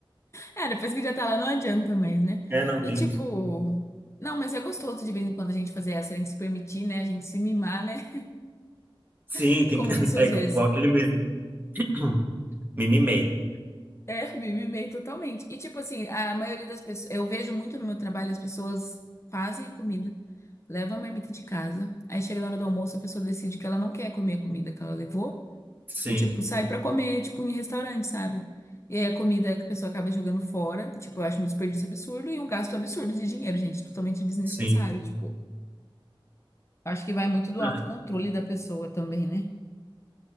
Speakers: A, on the left (about 30°); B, on the right (about 20°).
A: É, depois que já tá lá não adianta mais, né?
B: É, não,
A: E
B: tem
A: tipo,
B: isso.
A: não, mas é gostoso de vez em quando a gente fazer essa, a gente se permitir, né? A gente se mimar, né?
B: Sim,
A: <laughs>
B: tem
A: Com
B: que... <laughs>
A: isso,
B: É
A: às
B: igual
A: vezes.
B: aquele meme. <clears throat> Me mimei.
A: É, me mimei totalmente. E tipo assim, a maioria das pessoas, eu vejo muito no meu trabalho, as pessoas fazem a comida, levam a marmita de casa, aí chega na hora do almoço, a pessoa decide que ela não quer comer a comida que ela levou
B: Sim,
A: e tipo, sai pra comer, tipo, em restaurante, sabe? E aí a comida que a pessoa acaba jogando fora, tipo, eu acho um desperdício absurdo e um gasto absurdo de dinheiro, gente, totalmente desnecessário,
B: sim.
A: tipo. Acho que vai muito do autocontrole
B: É.
A: da pessoa também, né?